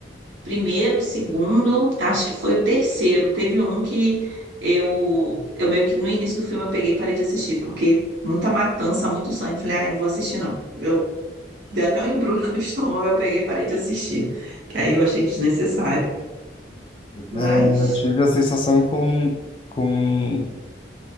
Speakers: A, on the right; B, on the left.
A: primeiro, segundo, acho que foi o terceiro. Teve um que eu, eu meio que no início do filme eu peguei e parei de assistir, porque muita matança, muito sangue. Falei, ai, não vou assistir, não. Eu deu até um embrulho do <laughs> estômago, eu peguei e parei de assistir. aí eu achei desnecessário.
B: É,
A: Mas
B: eu tive a sensação com, com